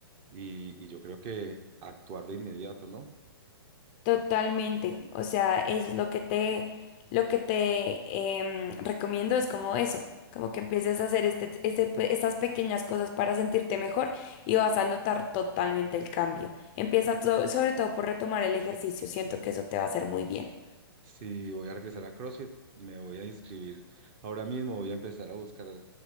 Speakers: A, on the right (about 25°); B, on the left (about 20°).
A: y, y yo creo que actuar de inmediato, ¿no?
B: Totalmente, o sea, eso es lo que te, lo que te em, recomiendo es como eso, como que empieces a hacer este, este pe- estas pequeñas cosas para sentirte mejor y vas a notar totalmente el cambio. Empieza to- sobre todo por retomar el ejercicio, siento que eso te va a hacer muy bien.
A: Si voy a regresar a CrossFit, me voy a inscribir. Ahora mismo voy a empezar a buscar